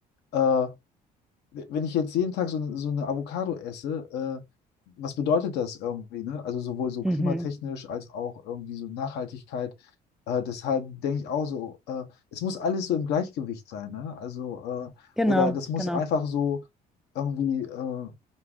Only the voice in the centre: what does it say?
mhm.
Genau,
genau.